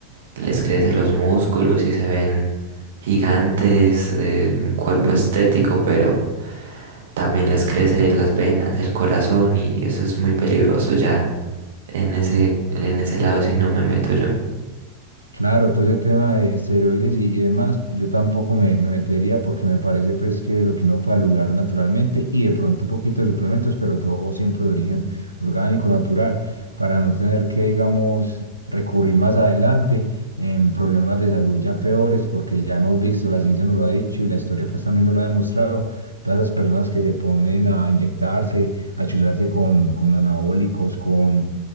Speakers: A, on the right (about 60°); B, on the right (about 85°).
A: les crecen los músculos y se ven gigantes, eh, un cuerpo
B: sí.
A: estético, pero también les crece las venas, el corazón y eso es muy peligroso ya en ese, en ese lado si no me meto yo.
B: Claro, todo ese tema de esteroides y, y demás, yo tampoco me, me metería porque me parece pues que lo que uno puede lograr naturalmente y de pronto un poquito de suplementos, pero todo siempre de origen orgánico, natural, para no tener que, digamos, recurrir más adelante en problemas de salud ya peores, porque ya hemos visto, la ciencia nos lo ha dicho y la historia pues también nos lo ha demostrado, todas las personas que se ponen a inyectarse, a chuzarse con, con anabólicos, con